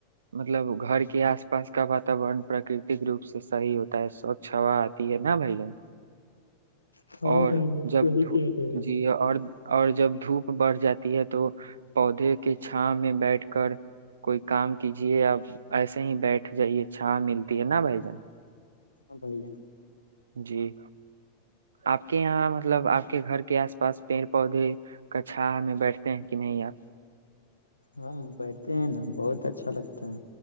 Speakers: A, on the right; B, on the left.
A: مطلب گھر کے آس پاس کا واتورن پراکرتک روپ سے صحیح ہوتا ہے سوچھ ہا آتی ہے نا بھ جن
B: ہاں
A: اور
B: بھائی صحیح
A: جب د
B: کہتے ہیں
A: جی اور اور جب دھوپ بڑھ جاتی ہے تو پودے کے چھا میں بیٹھ کر کوئی کام کیجے یا ایسے ہی بیٹھ جائیے چھا ملتی ہے نا بھائی جن
B: ہاں بھائی جان
A: جی آپ کے یہاں مطلب آپ کے گھر کے آس پاس پیڑ پودے کا چھا ہمیں بیٹھتے ہیں کہ نہیں آپ
B: ہم بیک ہیں نا بہت اچھا لگتا ہے